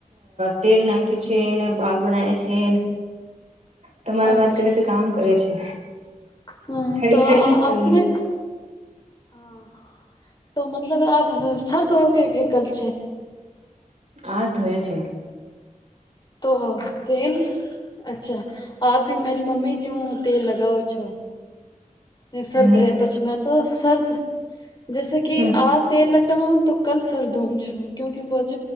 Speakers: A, on the right; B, on the left.
A: તેલ નાખ્યું છે ને બાલ બણાય છે તમારે
B: અચ્છા
A: વાત કરે તો કામ કરે છે
B: હા
A: ખડી
B: તો
A: ખડી
B: આપણે
A: કરી
B: હા તો મતલબ આ સર્દ હોગ કે કલ છે
A: આજ ધોયા છે
B: તો તેભ અચ્છા આપ ભી મારી મમ્મી જ તેલ લગાવો છો સ સરદ
A: ની
B: યા પ્ચિમ તો સર્દ જૈસે કે
A: હમ
B: આ તેલ લગાઉ તો કલ સર દૂમ છું ક્યુંકે પહચ